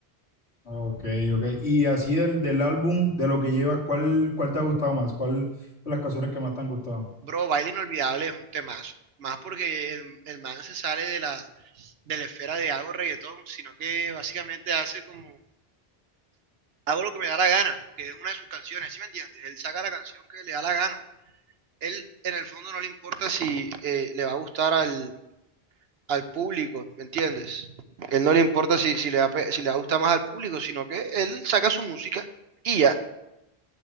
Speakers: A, on the left; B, on the right.
A: Ok, ok. Y así del, del álbum, de lo que llevas, ¿cuál, cuál te ha gustado más? ¿Cuál de las canciones que más te han gustado?
B: Bro, Baile Inolvidable es un temazo. Más porque el, el man se sale de la, de la esfera de algo reggaetón, sino que básicamente hace como hago lo que me da la gana, que es una de sus canciones, ¿sí me entiendes? Él saca la canción que le da la gana. Él en el fondo no le importa si eh, le va a gustar al, al público, ¿me entiendes? Él no le importa si, si le va, a pe- si le va a gustar más al público, sino que él saca su música y ya.